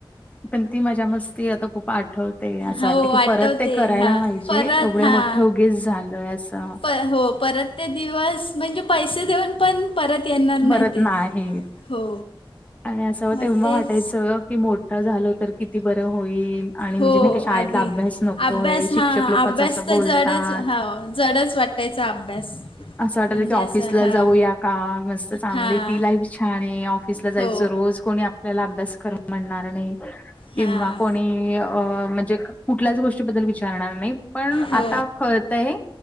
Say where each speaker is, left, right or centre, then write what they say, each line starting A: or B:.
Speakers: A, on the left; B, on the left.
A: पण ती मजा-मस्ती आता खूप आठवते. असं
B: हो
A: वाटत की
B: आठवते
A: परत ते करायला
B: हां
A: पाहिजे.
B: परत
A: एवढे
B: हां
A: मोठ ठे उगीच झालोय असं.
B: प हो परत ते दिवस म्हणजे पैसे देऊन पण परत येणार
A: परत
B: ते
A: नाही.
B: हो
A: आणि असं
B: मग
A: तेव्हा
B: तेच
A: वाटायचं कि मोठ झालो तर किती बरं होईल? आणि म्हणजे
B: हो
A: नाही का शाळेतला
B: आधी
A: अभ्यास नकोय,
B: अभ्यास
A: शिक्षक
B: हां
A: लोकचं
B: अभ्यास
A: असं बोलतात.
B: तर जडच हो जडच वाटायचा अभ्यास.
A: असं वाटत
B: म्हणजे
A: होत की ऑफिसला
B: असं हां
A: जाऊया का? मस्त चांगली
B: हां
A: ती लाईफ छान ये, ऑफिसला जायचं
B: हो
A: रोज कोणी आप आपल्याला अभ्यास कर म्हणणार नाही किंवा
B: हां
A: कोणी अणि अं म्हणजे कुठल्याचं गोष्टीबद्दल विचारणार नाही. पण आता
B: हो
A: कळतयं